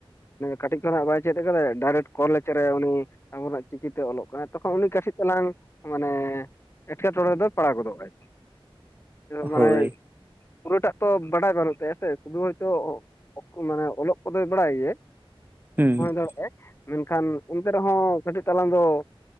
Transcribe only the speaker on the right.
ᱦᱳᱭ
ᱦᱩᱸ
᱾